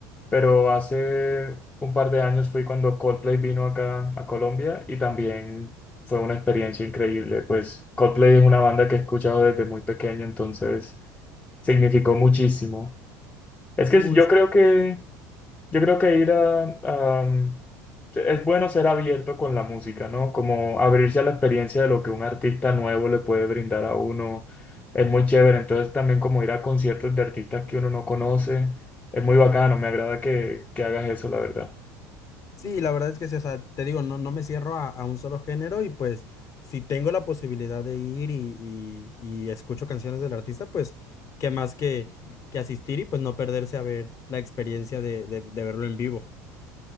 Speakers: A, on the left (about 15°); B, on the left (about 40°).
A: pero hace un par de años fui cuando Coldplay vino acá a Colombia y también fue una experiencia increíble. Pues Coldplay es una banda que he escuchado desde muy pequeño, entonces significó muchísimo. Es
B: Uy,
A: que yo creo que yo creo que ir a, a- mm, Es bueno ser abierto con la música, ¿no? Como abrirse a la experiencia de lo que un artista nuevo le puede brindar a uno. Es muy chévere. Entonces también como ir a conciertos de artistas que uno no conoce. Es muy bacano. Me agrada que, que hagas eso, la verdad.
B: Sí, la verdad es que sí, o sea, te digo, no, no me cierro a, a un solo género y pues si tengo la posibilidad de ir y, y- y escucho canciones del artista, pues qué más que, que asistir y pues no perderse a ver la experiencia de, de- de verlo en vivo.